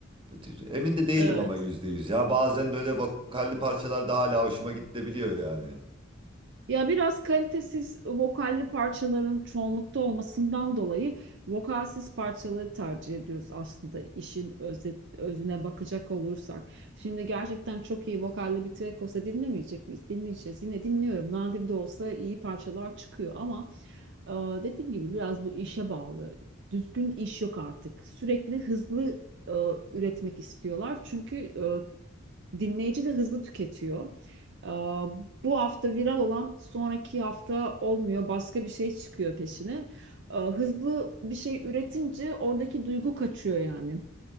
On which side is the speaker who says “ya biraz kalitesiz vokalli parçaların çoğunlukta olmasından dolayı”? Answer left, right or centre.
Right